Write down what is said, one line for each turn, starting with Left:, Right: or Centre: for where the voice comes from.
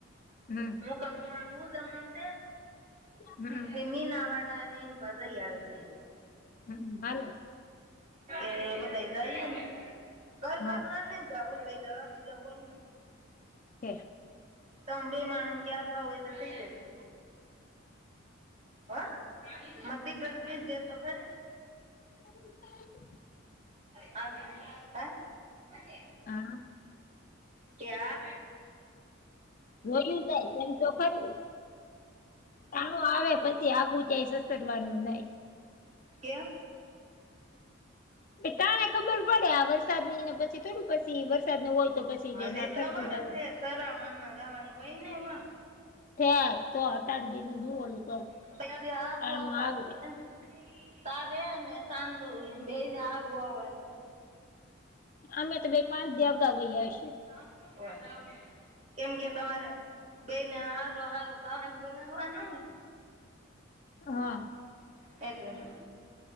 Left: હમ
Right: હું કમું હું જમને.
Left: હમ
Right: તે મીનવાડા અનેન પાછ આવી.
Left: હમ હાલો.
Right: એ બધા જાયને ઘર
Left: હા
Right: ઘર નાને. દ ઓ લઈ જવા બીજા કોઈ નઈ.
Left: હે.
Right: તમે બે માણસ ને ક્યાં થ હોય તો થઇ જાય. હા મ દિક્રમ પીસ જતો તો ખરી.
Left: <unintelligible>
Right: હલો હે.
Left: હા
Right: ક્યા.
Left: જોયું જાય એમ તો ખરું. ચાણું આવે પછી આગું ક્યાંય સસરવાનું નહી.
Right: એવું.
Left: ટાણે ખબર પડે આ વરસાદ ની ને પછી થોડું પછી વરસાદ ન હોય. તો પછી
Right: હજી
Left: ના ઠરતું
Right: તવાર
Left: જવું
Right: છે સરામણ માં જવાનું હોય ને પણ.
Left: છેે તો તાર બીું હું ઓલું
Right: પણ તદી આગુ
Left: આર.
Right: આવવાનું છે તારે ને સાંતુ ને બે ને આગુવાની.
Left: અમે તો ભાઈ પાંચ દિવ અઈએ છીએ.
Right: બ <unintelligible> કેમ કે તમારે બેને હારુ હારુ ખાવા નુ બનાવવાનું.
Left: હા.
Right: એટલે.